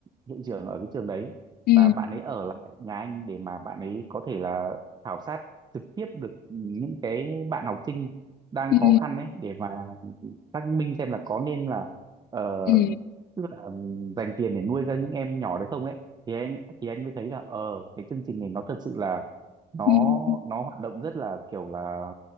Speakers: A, on the right; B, on the left.
A: hiệu trưởng ở cái trường đấy
B: ừ
A: và bạn ấy ở lại nhà anh để mà bạn ấy có thể là khảo sát trực tiếp được những cái bạn học sinh đang
B: ừ
A: khó khăn ấy để mà xác minh xem là có nên là ờ,
B: ừ
A: tức là dành tiền để nuôi ra những em nhỏ đấy không ấy thì anh thì anh mới thấy là ờ cái chương trình này nó thật sự là nó
B: ừ
A: nó hoạt động rất là kiểu là